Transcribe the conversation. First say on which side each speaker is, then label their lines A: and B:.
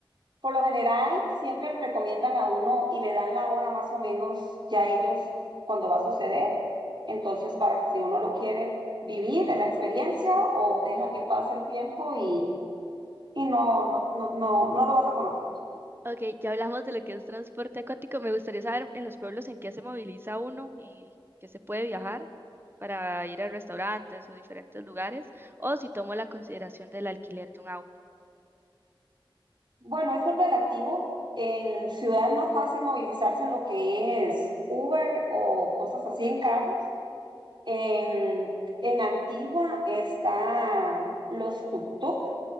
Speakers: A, on the right; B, on the right.
A: Por lo general, siempre le recomiendan a uno y le dan la hora más o menos ya ellos cuando va a suceder. Entonces, para que si uno lo quiere vivir en la experiencia o deja que pase el tiempo y, y no, no, no, no, no lo vas a conocer.
B: Ok, ya hablamos de lo que es transporte acuático. Me gustaría saber en los pueblos en qué se moviliza uno, eh, que se puede viajar para ir a restaurantes o diferentes lugares, o si tomo la consideración del alquiler de un auto.
A: Bueno, eso es relativo. En ciudad es más fácil movilizarse en lo que es Uber o cosas así en carros. En, en Antigua está los tuk-tuk